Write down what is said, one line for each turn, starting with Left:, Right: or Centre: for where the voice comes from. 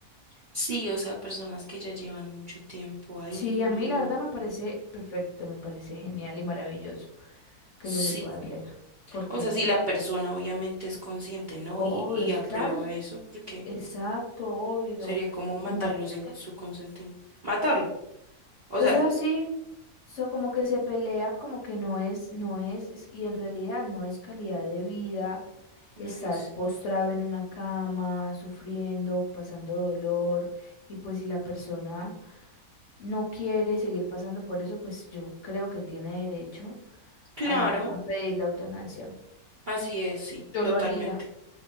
Right: Sí, o sea, personas que ya llevan mucho tiempo ahí.
Left: Sí, a mí la verdad me parece perfecto, me parece genial y maravilloso que
Right: Sí.
Left: eso se pueda hacer, porque
Right: O sea, si la persona obviamente es consciente, ¿no?
Left: obvio,
Right: Y, y
Left: es
Right: aprueba
Left: claro, es-
Right: eso, porque
Left: exacto, obvio,
Right: sería como matarlo
Left: imagínate.
Right: sin su consentimiento. Matarlo. O
Left: O
Right: sea,
Left: sea, sí, sea, como que se pelea, como que no es, no es, es- y en realidad no es calidad de vida
Right: ay,
Left: estar
Right: sí.
Left: postrado en una cama, sufriendo, pasando dolor, y pues si la persona no quiere seguir pasando por eso, pues yo creo que tiene derecho
Right: Claro.
Left: a, a pedir la eutanasia.
Right: Así es, sí,
Left: Yo
Right: totalmente,
Left: lo haría.